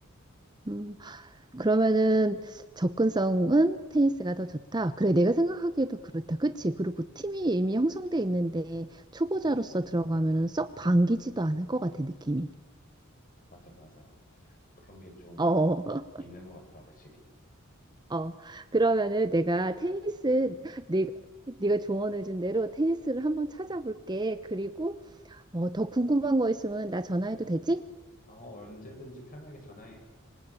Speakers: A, on the right; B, on the left.
A: 음, 그러면은 접근성은 테니스가 더 좋다. 그래, 내가 생각하기에도 그렇다. 그치? 그리고 팀이 이미 형성돼 있는데 초보자로서 들어가면은 썩 반기지도 않을 것 같아, 느낌이.
B: 맞아, 맞아. 그런 게 좀
A: 어,
B: 있는
A: <laughs>
B: 것 같다, 확실히.
A: 어. 그러면은 내가 테니스, 네, 네가 조언해준 대로 테니스를 한번 찾아볼게. 그리고 어, 더 궁금한 거 있으면 나 전화해도 되지?
B: 어, 언제든지 편하게 전화해.